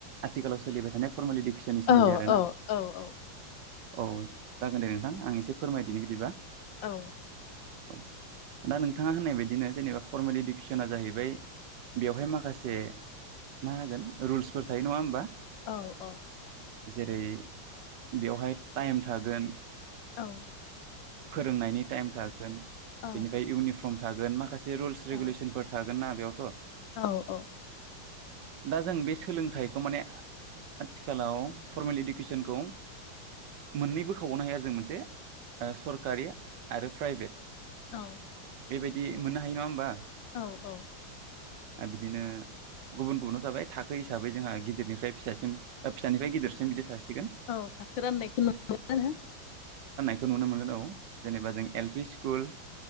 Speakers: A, on the right; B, on the left.
A: आथिखालाव सोलिबाय थानाय। फर्मेल इडुकेसननि सोमोन्दै
B: औ
A: आरोना।
B: औ औ औ
A: औ जागोन दे नोंथां आं एसे फोरमायदिनि बिदिबा।
B: औ।
A: औ दा नोंथाङा होननाय बायदिनो जेनेबा फरमेल इडुकेसना जाहैबाय बेवहाय माखासे। मा होगोन रुल्सफोर थायो नङा होमबा।
B: औ औ।
A: जेरै बेवहाय टाइम थागोन।
B: औ।
A: फोरोंनायनि टाइम थागोन। बेनिफ्राय
B: औ
A: इउनिफर्म फम थागोन माखासे बे रुल्स
B: औ
A: रेगुलेनफोर थागोन ना बेयाव थ'।
B: औ औ।
A: दा जों बे सोलोंथाइखौ माने आथिखालाव फरमेल इडुकेसनखौ मोननै बोखावबावनो हायो आरो जों मोनसे। ओ सरकारि आरो प्राइभेट
B: औ।
A: बेबायदि मोननो हायो नङा होनोमबा
B: औ औ।
A: आ बिदिनो गुबुन गुबुनाव थाबाय थाखो हिसाबै जोंहा गिदिरनिफ्राय फिसासिम फिसानिफ्राय गिदिरसिम बिदि थासि
B: औ थाखो राननायखौ नुयो आरो
A: बेखौ नुनो मोनगोन औ जेनेबा जों एल पि सि स्कुल